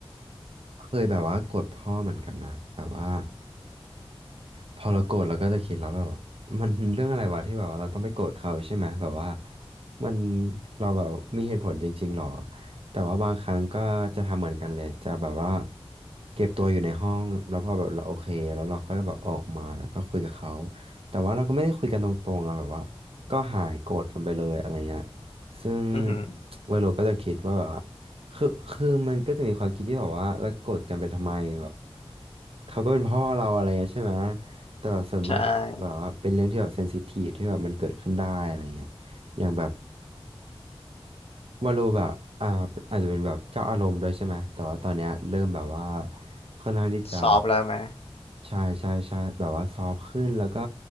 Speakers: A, on the right; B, on the left.
A: เคยแบบว่ากดพ่อเหมือนกันนะแบบว่า พอเราโกรธเราก็จะคิดแล้วแบบว่ามันเรื่องอะไรวะที่แบบว่าเราต้องไปโกรธเขาใช่ไหมแบบว่ามันเราแบบมีเหตุผลจริงๆหรอแต่ว่าบางครั้งก็จะทำเหมือนกันเลยจะแบบว่าเก็บตัวอยู่ในห้องแล้วพอแบบเราโอเคแล้วเราก็แบบออกมาแล้วก็คุยกับเขาแต่ว่าเราก็ไม่ได้คุยกันตรงๆอะแบบว่าก็หายโกรธกันไปเลยอะไรเงี้ยซึ่ง
B: อือหือ
A: เวโรก็จะคิดว่าแบบว่าคือคือมันก็จะมีความคิดที่แบบว่าเราโกรธกันไปทำไมแบบเขาก็เป็นพ่อเราอะไรเงี้ยใช่ไหม แต่แบบส่วนมากแบบว่าเป็นเรื่องที่แบบเซนซิทีฟที่แบบมันเกิดขึ้นได้อะไรเงี้ย
B: ใช่
A: อย่างแบบ วาโลแบบอ่าอาจจะเป็นแบบเจ้าอารมณ์ด้วยใช่ไหมแต่ว่าตอนเนี้ยเริ่มแบบว่าค่อนข้างที่จะ
B: สอบแล้วไหม
A: ใช่ใช่ใช่แบบว่าซอฟต์ขึ้นแล้วก็